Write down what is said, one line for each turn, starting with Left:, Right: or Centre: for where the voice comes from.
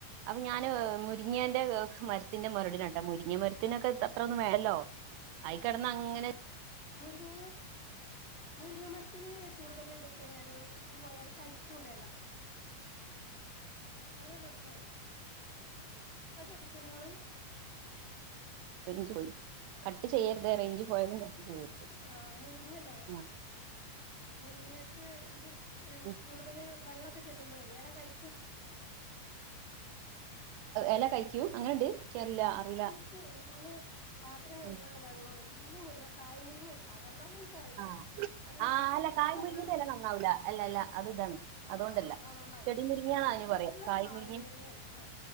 Right: അപ്പൊ ഞാന് മുരിങ്ങിയന്റെ മരത്തിന്റെ മുരടിന്ട്ട മുരിങ്ങ മരത്തിനൊക്കെ അത്രൊന്നും വേല്ലോ ആയികടന്ന് അങ്ങനെ
Left: മുരിങ്ങ മുരിങ്ങ മരത്തിന് കൂടുതൽ ഇത് ഇട്ട കഴിഞ്ഞാല് ഇത്പോയാല് കഴിക്കുംണ്ടല്ല അങ്ങനെ പ്രശ്നണ്ട് അത് ശ്രദ്ധിച്ണോ ങ്ങള്
Right: പ്രകിച്ചു പോയി <unintelligible> കട്ട് ചെയ്യര്തെ റേഞ്ച് പോയതാണ് മം
Left: ആ മുരിങ്ങല്ലേ
Right: മം
Left: മുരിങ്ങക്ക് ഇത്
Right: ഉം
Left: കൂടുതല് വെള്ളക്കെ ചെല്ലുമ്പളേ എല കയി
Right: എല കഴിക്കൂ അങ്ങനെണ്ട് എനിക്കറിയില്ല അറിയില്ല
Left: എനിക്ക് ഞാന് പാത്രം കഴിക്കണ
Right: ഉം
Left: വെള്ളം വെല്യ മുരിങ്ങ കായ മുരുങ്ങട്ടാ അതണ്ടാന്ന ക്ക്റില
Right: ആഹ്
Left: അതിന്
Right: ആ
Left: പാത്രം
Right: അല്ല
Left: കയ്ക്ണ
Right: കായ്
Left: വെള്ള
Right: മുരിങ്ങന്റെ എല നന്നാവൂല അല്ല അല്ല അത് ഇതാണ്
Left: ആ
Right: അതുകൊണ്ടല്ല
Left: അതണ്ടാവും
Right: ചെടി മുരിങ്ങാന്നാ
Left: നല്ല
Right: അതിന് പറയാ കായ്
Left: കായ
Right: മുരിങ്ങ
Left: മുരിങ്ങാണ് അ